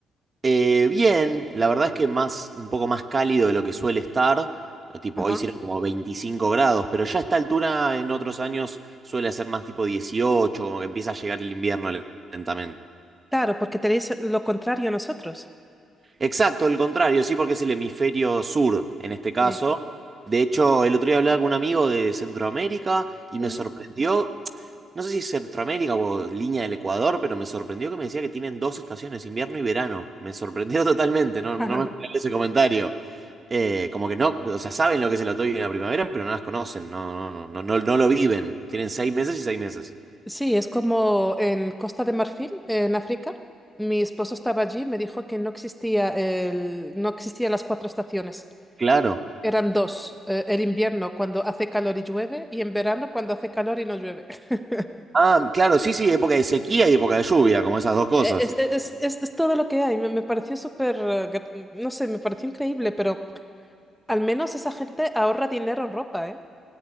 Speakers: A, on the right; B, in the centre.
A: Eh, bien, la verdad es que más, un poco más cálido de lo que suele estar. eh, Tipo,
B: Ajá.
A: hoy sirve como 25 grados, pero ya a esta altura en otros años suele ser más tipo 18, como que empieza a llegar el invierno lentamente.
B: Claro, porque tenéis lo contrario a nosotros.
A: Exacto, el contrario, sí, porque es el hemisferio sur en este caso.
B: Sí.
A: De hecho, el otro día hablaba con un amigo de Centroamérica y
B: Ujú.
A: me sorprendió, no sé si es Centroamérica o línea del Ecuador, pero me sorprendió que me decía que tienen dos estaciones, invierno y verano. Me sorprendió <laughs> totalmente, no, no
B: <laughs>
A: me esperaba ese comentario. Eh, como que no, o sea, saben lo que es el otoño y la primavera, pero no las conocen, no, no, no, no, no no lo viven. Tienen seis meses y seis meses.
B: Sí, es como en Costa de Marfil, en África. Mi esposo estaba allí, me dijo que no existía el, no existían las cuatro estaciones.
A: Claro.
B: Eran dos, eh, el invierno cuando hace calor y llueve y en verano cuando hace calor y no llueve. <laughs>
A: Ah, claro, sí, sí, época de sequía y época de lluvia, como esas dos cosas.
B: Es, eh, es- es- es todo lo que hay, me, me pareció súper, eh, grat- no sé, me pareció increíble, pero al menos esa gente ahorra dinero en ropa, ¿eh?